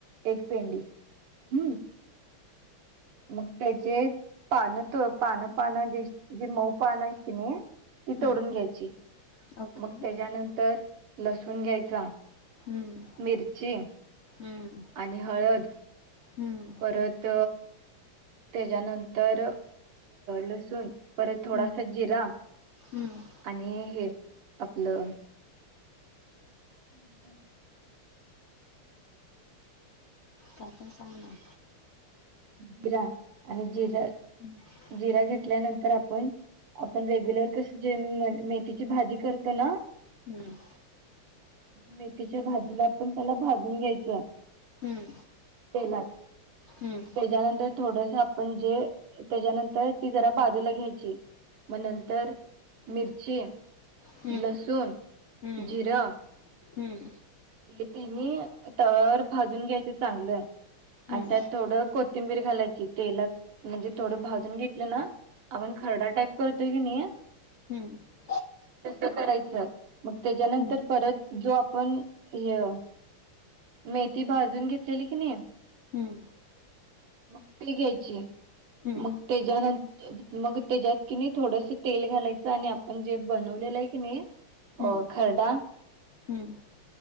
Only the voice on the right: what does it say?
एक पेंडी हम्म. मग त्याचे पान त पान पानं जे जे, मऊ पानं आहेत कनी. ती
तोडून घ्यायची,
मग त्याच्यानंतर लसुण घ्यायचा.
मिरची
आणि हळद.
परत. त्याच्यानंतर लसूण, परत थोडासा
जिरा.
आणि हे आपलं. अं..
जिरा आणि जिर.
जिरा घेतल्यानंतर आपण. आपण रेग्युलर कसं जे, मेथीची भाजी करतोय ना.
मेथीच्या भाजीला‌ पण, पहिला भाजून घ्यायचं.
तेलात
त्याच्यानंतर थोडंसं आपण जे, तेच्यानंतर ती जरा बाजूला घ्यायची. मग नंतर मिरची
लसूण
जिरं.
हे तिन्ही तव्यावर भाजून घ्यायचं चांगलं, आणि
त्यात थोडं. कोथिंबीर घालायची तेलात, म्हणजे थोडं भाजून घेतलं ना. आपण खरडा टाईप करतो की नाही.
तसं करायचं मग, तेच्यानंतर
परत. जे आपण ह मेथी भाजून, घेतलेली की नाही.
मग ते घ्यायची,
मग तेच्यानंतर. मग त्याच्यात कि नाही थोडस तेल घालायचं, आणि आपण जे बनवलेला आहे की नाही. अं..
खरडा